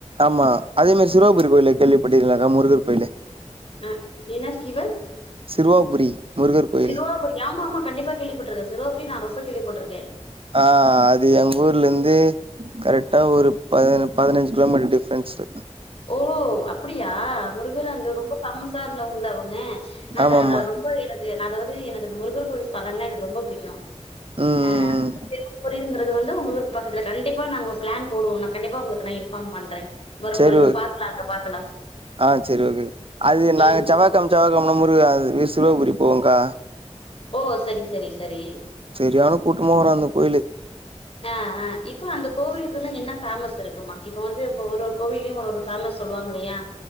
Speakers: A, on the right; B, on the left.
A: ஆமா அதே மாரி சிறுவாபுரி கோயில கேள்விப்பட்ருக்கீங்ளாகா முருகர் கோயிலு
B: அ என்ன சிவ
A: சிறுவாபுரி முருகர் கோயிலு
B: சிறுவாபுரி ஆமா மா கண்டிப்பா கேள்விப்பட்ருக்கே சிறுவாபுரிய நா ரொம்ப கேள்விப்பட்ருக்கே
A: ஆ அது எங்கூர்லேந்து கரெட்டா ஒரு பதி பதினஞ்சு கிலோமீட்டர் டிஃப்ரன்ஸு
B: ஓ அப்புடியா முருகரு அங்க ரொம்ப ஃபேமஸா இருந்தவுங்கள அவுங்க நா அதா
A: ஆமாமா
B: அதான் ரொம்ப எனக்கு நா அதாவ்து எனக்கு இந்த முருகர் கோயில் ஸ்தலங்கள்லா எனக்கு ரொம்ப புடிக்கூ
A: ம் ம்
B: ஆ அப்ப
A: ம்
B: திருவாபுரிங்கறது வந்து வந்து உங்கஊர்க்கு பக்கத்துல கண்டிப்பா நாங்க ஒரு பிளான் போடுவோ நா கண்டிப்பா உங்களுக்கு நா இன்ஃபார்ம் பண்றே வரும்பொழுது
A: சரி
B: பார்க்கலாம், அங்க பார்க்கலாம்.
A: ஆ செரி ஓகே ஓகே அது நாங்க
B: ம்.
A: செவ்வாக் க்கம் செவ்வாகெழம முருக அது சிறுவாபுரி போவோக்கா
B: ஓ சரி சரி சரி
A: செரியான கூட்டம்மா வரு அந்த கோயிலு
B: ஆ ஆ இப்ப அந்த கோவிலுக்குனு என்ன ஃபேமஸ் இருக்குமா இப்ப வந்து ஒரு ஒரு கோவில்லயு ஒரு ஒரு ஃபேமஸ் சொல்லுவாங்கல்லயா